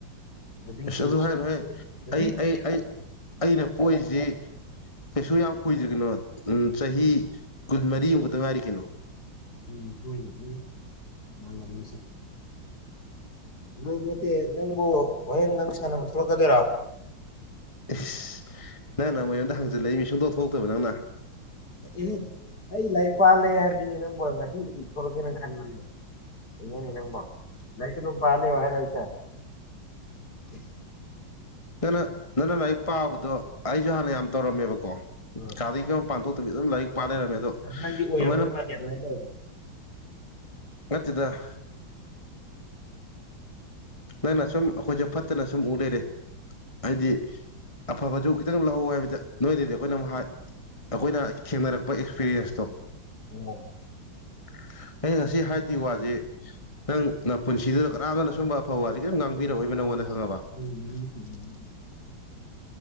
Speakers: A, on the left; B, on the left.
A: ꯅꯨꯄꯤ
B: ꯑꯁ
A: ꯊꯤꯔꯣ
B: ꯑꯗꯨ ꯍꯥꯏꯅꯨꯍꯦ
A: ꯅꯨꯄꯤ
B: ꯑꯩ
A: ꯊꯤꯔꯣ
B: ꯑꯩ ꯑꯩ ꯑꯩꯅ ꯄꯣꯛꯏꯖꯤ ꯀꯩꯁꯨ ꯌꯥꯝ ꯀꯨꯏꯗ꯭ꯔꯤ ꯀꯩꯅꯣ ꯎꯝ ꯆꯍꯤ ꯀꯨꯟꯃꯔꯤꯃꯨꯛ ꯈꯛꯇ ꯉꯥꯏꯔꯤ ꯀꯩꯅꯣ
A: ꯎꯝ ꯍꯣꯏꯅꯦ ꯍꯣꯏꯅꯦ ꯃꯅꯕꯁꯦ ꯐꯥꯒꯤ ꯅꯠꯇꯦ ꯅꯪꯕꯨ ꯍꯣꯔꯦꯟ ꯅꯪ ꯁꯥꯟꯅꯕ ꯊꯣꯛꯂꯛꯀꯗꯣꯏꯔꯥ
B: ꯏꯁ ꯅꯪꯅ ꯃꯨꯛ ꯑꯩꯉꯣꯟꯗ ꯍꯪꯖꯜꯂꯛꯏ ꯅꯤ ꯁꯨꯡꯊꯣꯛ ꯊꯣꯛꯇꯕ ꯅꯪꯅ
A: ꯑꯦ ꯑꯩ ꯂꯥꯏꯔꯤꯛ ꯄꯥꯔ ꯂꯩ ꯍꯥꯏꯕꯅꯤꯅꯦ ꯅꯪꯕꯣ ꯉꯁꯤꯕꯨꯗꯤ ꯊꯣꯛꯂꯛꯀꯦꯅꯪ ꯈꯟꯕꯅꯦ ꯀꯩꯅꯣꯅꯦ ꯅꯪꯕꯣ ꯂꯥꯏꯔꯤꯛꯇ ꯑꯗꯨꯝ ꯄꯥꯔ ꯂꯦꯌꯣ ꯍꯥꯏꯔꯣ ꯑꯩꯁꯦ <unintelligible>
B: ꯅꯪꯅ ꯅꯪꯅ ꯂꯥꯏꯔꯤꯛ ꯄꯥꯕꯗꯣ ꯑꯩꯖꯨ ꯍꯥꯟꯅ ꯌꯥꯝ ꯇꯧꯔꯝꯃꯦꯕꯀꯣ
A: ꯎꯝ
B: ꯀꯥꯗꯩꯩꯒ ꯃꯄꯥꯟ ꯊꯣꯛꯇꯕꯤ ꯑꯗꯨꯝ ꯂꯥꯏꯔꯤꯛ ꯄꯥ ꯂꯩꯔꯝꯃꯦ ꯑꯗꯣ
A: ꯑꯗꯨ ꯅꯪꯗꯤ ꯑꯣꯏꯔꯝꯗꯧ
B: ꯑꯗꯨꯃꯥꯏꯅ
A: ꯃꯥꯜꯂꯦ ꯑꯗꯨꯃꯥꯏꯅ ꯇꯧꯔꯗꯤ
B: ꯅꯠꯇꯦꯗ ꯫ ꯅꯪꯅ ꯁꯨꯝ ꯑꯩꯈꯣꯏꯖꯦ ꯐꯠꯇꯅ ꯁꯨꯝ ꯎ ꯂꯩꯔꯦ ꯍꯥꯏꯗꯤ ꯑꯐꯕꯖꯨ ꯈꯤꯠ ꯇꯪ ꯂꯧꯍꯧ ꯍꯥꯏꯕꯗ ꯅꯣꯏꯗꯩꯩꯗꯤ ꯑꯩꯈꯣꯏꯅ ꯑꯃꯨꯛ ꯍꯥꯏ ꯑꯈꯣꯏꯅ ꯊꯦꯡꯅꯔꯛꯄ ꯑꯦꯛꯁꯄꯦꯔꯤꯌꯦꯟꯁꯇꯣ
A: ꯑꯣ
B: ꯫ ꯑꯩꯅ ꯉꯁꯤ ꯍꯥꯏꯗꯣꯏ ꯋꯥꯖꯤ ꯅꯪ ꯅꯄꯨꯟꯁꯤꯗꯨꯗ ꯀꯅꯥꯝꯇꯅ ꯁꯨꯝꯕ ꯋꯥꯖꯦ ꯀꯩꯝ ꯉꯥꯡꯕꯤꯔꯛꯑꯣꯏꯕ ꯅꯉꯣꯟꯗ ꯈꯪꯉꯕ ꯫
A: <unintelligible>